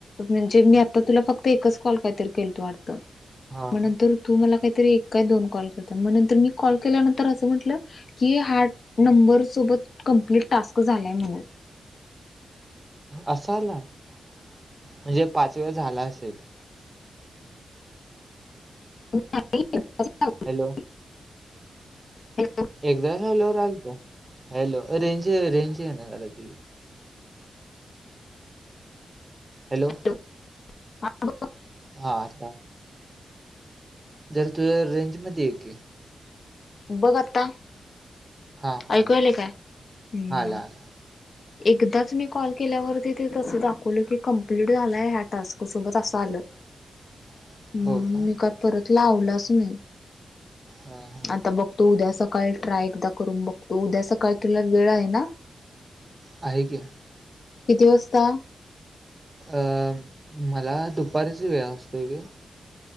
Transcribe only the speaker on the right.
हा
असा आला? म्हणजे पाच वेळा झाला असेल.
हॅलो.
एकदा झाल्यावर आलंत, हॅलो रेंज रेंज येना झालिया तुझी. हॅलो.
हा आला, जर तू रेंजमध्ये ये की.
हा
आला
आला आला
<inaudible>
हो का
हां.
आहे की.
अं मला दुपारीच वेळ असतोय ग.